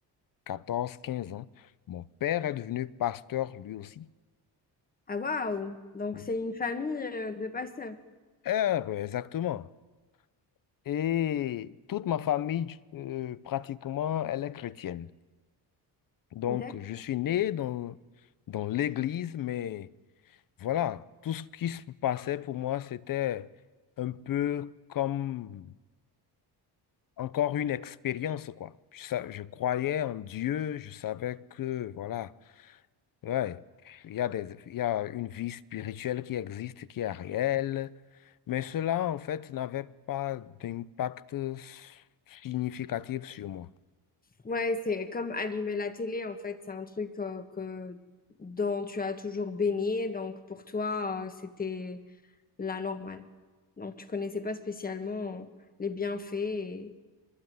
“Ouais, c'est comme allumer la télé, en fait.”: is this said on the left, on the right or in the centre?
Left